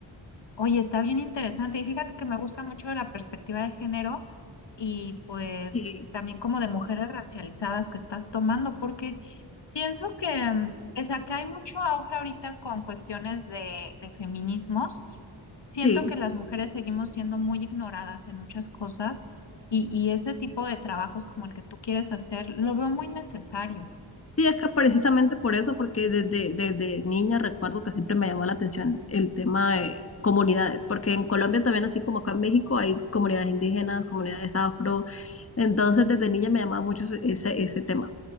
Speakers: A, on the left; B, on the left.
A: Oye, está bien interesante y fíjate que me gusta mucho la perspectiva de género y pues
B: Sí.
A: también como de mujeres racializadas que estás tomando, porque Pienso que, mm, pues acá hay mucho auge ahorita con cuestiones de, de feminismos. Siento
B: Sí.
A: que las mujeres seguimos siendo muy ignoradas en muchas cosas y, y ese tipo de trabajos como el que tú quieres hacer, lo veo muy necesario.
B: Sí, es que precisamente por eso, porque desde, desde niña recuerdo que siempre me llamó la atención el tema de comunidades, porque en Colombia también, así como acá en México, hay comunidades indígenas, comunidades afro, entonces desde niña me llamaba mucho ese, ese tema.